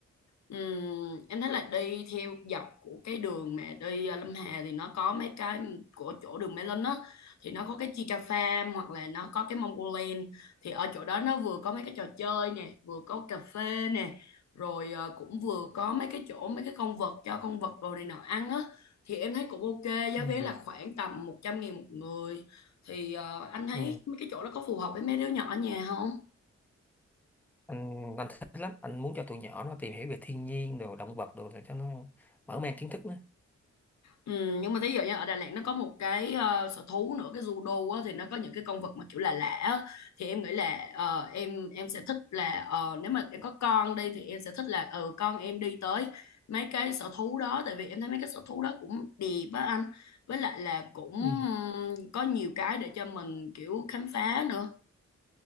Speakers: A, on the left (about 65°); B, in the centre.
A: Ừm, em thấy là đi theo dọc của cái đường mà đi ờ, Lâm Hà thì nó có mấy cái của chỗ đường Mê Linh á thì nó có cái Chica Farm hoặc là nó có cái Mongoland thì ở chỗ đó nó vừa có mấy cái trò chơi nè vừa có cà phê nè rồi ờ, cũng vừa có mấy cái chỗ mấy cái con vật cho con vật đồ này nọ ăn á thì em thấy cũng ok giá
B: Ừ.
A: vé là khoảng tầm một trăm nghìn một người thì ờ, anh thấy
B: ừ.
A: mấy cái chỗ đó có phù hợp với mấy đứa nhỏ ở nhà không?
B: anh anh thích lắm anh muốn cho tụi nhỏ nó tìm hiểu về thiên nhiên đồ động vật đồ để cho nó mở mang kiến thức nữa
A: Ừ, nhưng mà thí dụ như ở Đà Lạt nó có một cái ờ, sở thú nữa cái judo á, thì nó có những cái con vật mà kiểu là lạ lạ á. thì em nghĩ là ờ, em em sẽ thích là ờ, nếu mà em có con đi thì em sẽ thích là ừ con em đi tới mấy cái sở thú đó tại vì em thấy mấy cái sở thú đó cũng đẹp á anh với lại là cũng
B: Ừ.
A: ừm, có nhiều cái để cho mình kiểu khám phá nữa